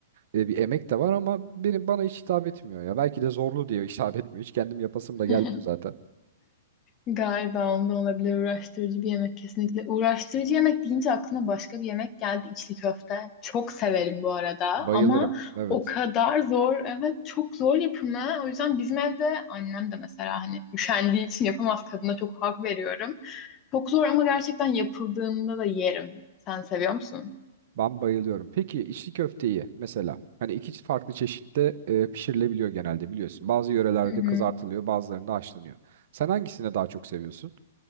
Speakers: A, on the right; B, on the left.
A: E, bir emek de var ama benim bana hiç hitap etmiyor ya. Belki de zorlu diye <laughs> hitap etmiyor hiç kendim yapasım
B: <laughs>
A: da gelmiyor zaten.
B: Galiba onda olabilir uğraştırıcı bir yemek kesinlikle. Uğraştırıcı yemek deyince aklıma başka bir yemek geldi içli köfte. Çok severim bu arada
A: Bayılırım
B: ama
A: evet.
B: o kadar zor evet çok zor yapımı. O yüzden bizim evde annem de mesela hani üşendiği için yapamaz kadına çok hak veriyorum. Çok zor ama gerçekten yapıldığında da yerim. Sen seviyor musun?
A: Ben bayılıyorum. Peki içli köfteyi mesela hani iki farklı çeşitte e, pişirilebiliyor genelde biliyorsun. Bazı yörelerde
B: Hı hı.
A: kızartılıyor, bazılarında haşlanıyor. Sen hangisini daha çok seviyorsun?